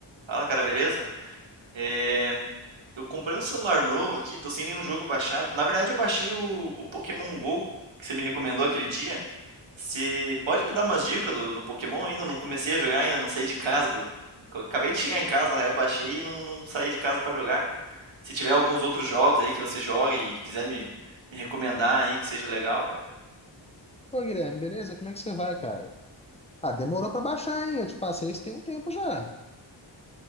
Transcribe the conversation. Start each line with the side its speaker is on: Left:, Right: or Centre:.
Right: Fala, cara, beleza? É, eu comprei um celular novo aqui, tô sem nenhum jogo baixado. Na verdade, eu baixei o, o Pokémon Go, que você me recomendou aquele dia. Você pode me dar umas dicas do, do Pokémon ainda? Eu não comecei a jogar ainda, não saí de casa. eu- eu Acabei de chegar em casa, na real, baixei e não, não saí de casa pra jogar, cara. Se tiver alguns outros jogos aí que você joga e quiser me, me recomendar aí que seja legal, cara.
Left: Pô, Guilherme, beleza? Como é que você vai, cara? Ah, demorou pra baixar, hein? Eu te passei isso tem um tempo já.